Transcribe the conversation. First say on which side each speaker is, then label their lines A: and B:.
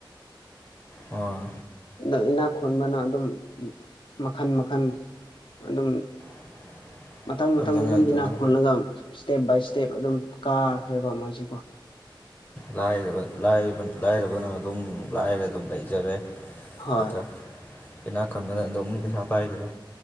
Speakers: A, on the left; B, on the left.
A: ꯑꯥ
B: ꯑꯣ ꯏꯅꯥꯛ ꯈꯨꯣꯟꯕꯅ ꯑꯗꯨꯝ ꯃꯈꯜ ꯃꯈꯜ ꯑꯗꯨꯝ
A: <unintelligible>
B: ꯃꯊꯪ ꯃꯊꯪ
A: ꯑꯗꯨꯅꯦ
B: ꯑꯗꯨꯝ
A: ꯑꯗꯨꯅꯦ
B: ꯏꯅꯥꯛ ꯈꯣꯜꯂꯒ ꯏꯁꯇꯦꯞ ꯕꯥꯏ ꯏꯁꯇꯦꯞ ꯑꯗꯨꯝ ꯀꯥꯈ꯭ꯔꯦꯕ ꯃꯣꯏꯁꯤꯦꯀꯣ
A: ꯔꯕ ꯂꯥꯏꯔꯕꯅ ꯑꯗꯨꯝ ꯂꯥꯏꯔ ꯑꯗꯨꯝ ꯂꯩꯖꯔꯦ
B: ꯍꯣꯏ
A: ꯠꯇ꯭ꯔ ꯏꯅꯥ ꯈꯝꯗ ꯄꯩꯁꯥ ꯄꯥꯏꯈ꯭ꯔꯦ